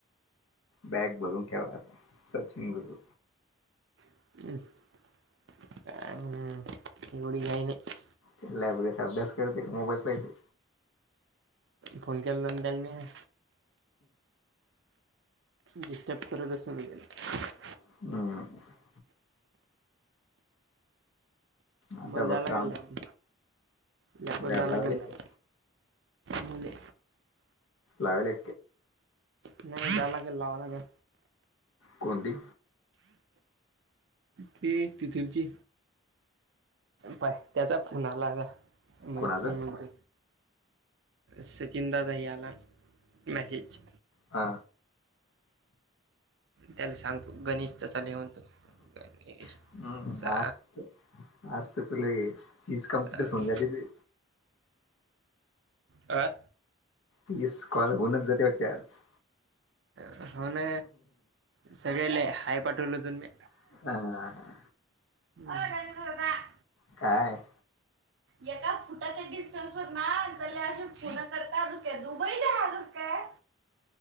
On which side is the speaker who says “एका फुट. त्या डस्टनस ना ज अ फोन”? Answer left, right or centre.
Right